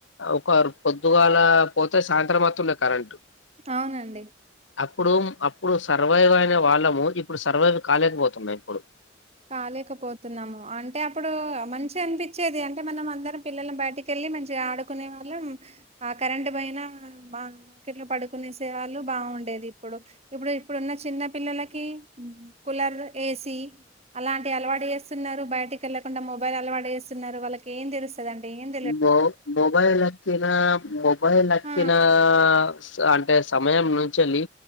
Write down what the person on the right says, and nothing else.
అవునండి
కాలేకపోతున్నాము అంటే అప్పుడు మంచి అనిపించేది అంటే మనం అందరం పిల్లలను బయటిక్ కెళ్ళి మంచిగా ఆడుకునే వాళ్ళం ఆ కరెంట్ బోయినా బా మార్కెట్ లో పడుకునే సేవాళ్లు బావుండేది. ఇప్పుడు ఇప్పుడు ఇప్పుడున్న చిన్న పిల్లలకి కూలర్ ఏసి అలాంటి అలవాటు ఏసున్నారు. బయటికి ఏళ్ళకుండా మొబైల్ అలవాటు ఏసున్నారు వాళ్ళకి ఏం దేల్స్ తాదండే ఎన్
ఆ